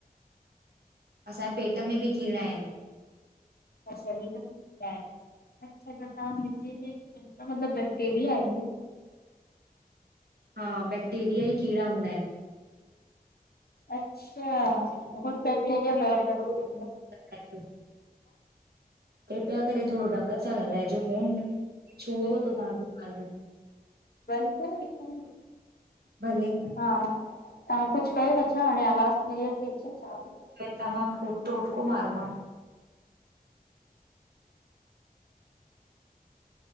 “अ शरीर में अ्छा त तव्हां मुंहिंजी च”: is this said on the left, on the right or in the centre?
Left